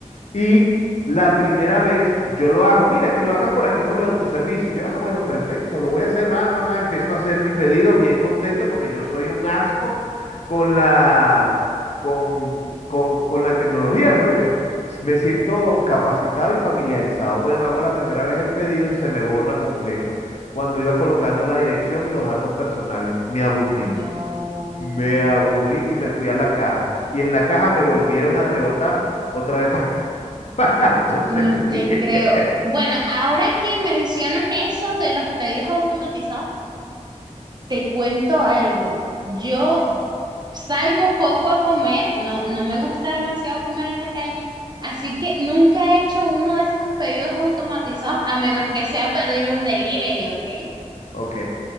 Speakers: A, on the left; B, on the right.
A: y la primera vez yo lo hago, mira, que lo hagas por aquí, por el autoservicio. Y yo, ah, bueno, perfecto, lo voy a hacer, va, va, va. Empezó a hacer mi pedido bien contento porque yo soy un asco con la, con, con- con la tecnología, pues y me, me siento capacitado y familiarizado. Bueno, hago la primera vez el pedido y se me borra completo. Cuando iba colocando la dirección y los datos personales, me aburrí.
B: No,
A: Me aburrí y me fui a la caja. Y en la caja me volvieron a rebotar otra vez <laughs> <laughs> para autoservir.
B: no te
A: <laughs>
B: creo. Bueno, ahora que mencionas eso de los pedidos automatizados, te cuento algo. Yo salgo poco a comer, no, no me gusta demasiado comer en la calle, así que nunca he hecho uno de estos pedidos automatizados, a menos que sea pedir un delivery, ¿ok?
A: Ok,